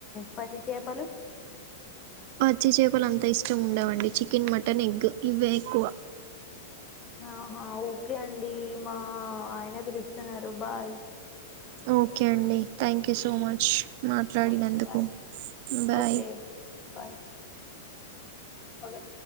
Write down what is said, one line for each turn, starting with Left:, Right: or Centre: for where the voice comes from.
Left: పచ్చి చేపలు
Right: పచ్చి చేపలు అంతా ఇష్టం ఉండవండి చికెన్ మటన్ ఎగ్ ఇవే ఎక్కువ
Left: ఆహా ఓకే అండి మా ఆయన పిలుస్తున్నారు బాయ్
Right: ఓకే అండి thank you so much మాట్లాడినందుకు
Left: okay bye
Right: bye
Left: okay bye hello